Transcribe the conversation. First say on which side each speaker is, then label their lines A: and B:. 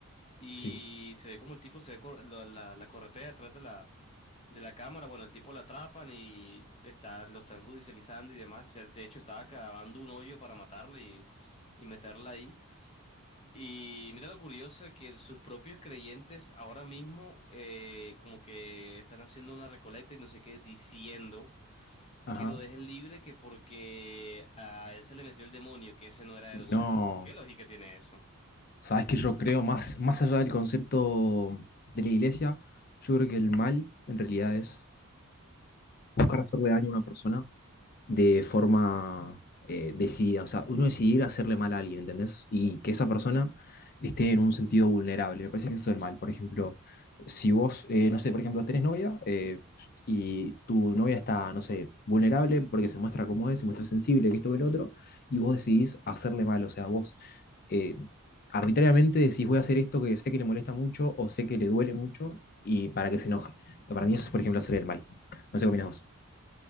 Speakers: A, on the left (about 25°); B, on the left (about 45°).
A: y
B: sí.
A: se ve como el tipo se ve cor- la, la, la corretea detrás de la cámara, bueno, el tipo lo atrapan y están, lo están judicializando y demás. Ya, de hecho, estaba cavando un hoyo para matarle y, y meterla ahí. Y mira lo curioso que sus propios creyentes ahora mismo eh, como que están haciendo una recolecta y no sé qué, diciendo
B: Ajá.
A: que lo dejen libre, que porque a él se le metió el demonio, que ese no era él.
B: No.
A: O sea, ¿qué lógica tiene eso?
B: Sabes que yo creo más, más allá del concepto de la iglesia, yo creo que el mal en realidad es buscar hacerle daño a una persona de forma eh, decidida. O sea, uno decidir hacerle mal a alguien, ¿entendés? Y que esa persona esté en un sentido vulnerable. Me parece que eso es el mal. Por ejemplo, si vos, eh, no sé, por ejemplo, tenés novia eh, y tu novia está, no sé, vulnerable porque se muestra como es, se muestra sensible, que esto, que el otro, y vos decidís hacerle mal. O sea, vos... eh, arbitrariamente decís voy a hacer esto que sé que le molesta mucho o sé que le duele mucho y para que se enoje. Para mí eso es, por ejemplo, hacer el mal. No sé qué opinas vos.